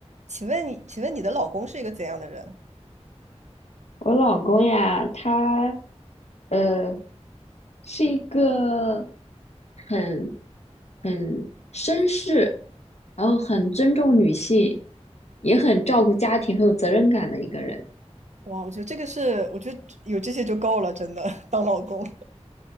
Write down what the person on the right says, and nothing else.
请问你，请问你的老公是一个怎样的人？
哇，我觉得这个是，我觉得有这些就够了，真的，当老公